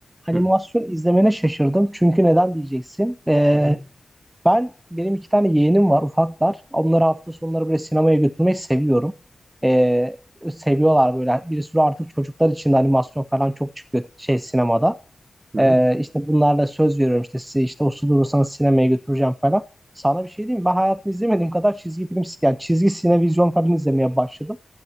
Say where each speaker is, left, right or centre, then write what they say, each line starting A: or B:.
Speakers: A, on the right (about 15°); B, on the right (about 40°).
A: animasyon
B: Hı.
A: izlemene şaşırdım. Çünkü neden diyeceksin? Ee,
B: Hı hı.
A: ben benim iki tane yeğenim var ufaklar. Onları hafta sonları böyle sinemaya götürmeyi seviyorum. Ee, seviyorlar böyle. Bir sürü artık çocuklar için de animasyon falan çok çıkıyor şey sinemada.
B: Hı
A: Ee,
B: hı.
A: işte bunlarla söz veriyorum işte size işte uslu durursanız sinemaya götüreceğim falan. Sana bir şey diyeyim mi? Ben hayatımda izlemediğim kadar çizgi film yani çizgi sinevizyon falan izlemeye başladım.